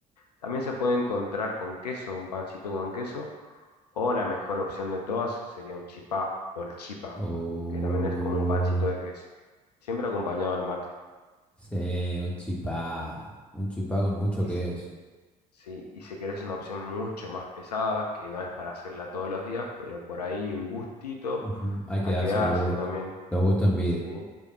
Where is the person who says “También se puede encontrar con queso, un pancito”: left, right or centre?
Left